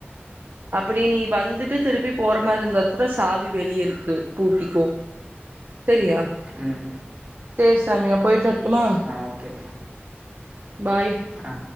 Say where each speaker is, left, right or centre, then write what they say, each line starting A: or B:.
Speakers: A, on the right; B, on the right.
A: அப்டி நீ வந்துட்டு திருப்பி போற மாரி இருந்தா கூட சாவி வெளிய இருக்கு பூட்டிக்கோ தெரியா
B: உம்
A: சேரி சாமி நா போய்ட்டு வரட்டுமா
B: ஓகே
A: பாய்
B: ஆ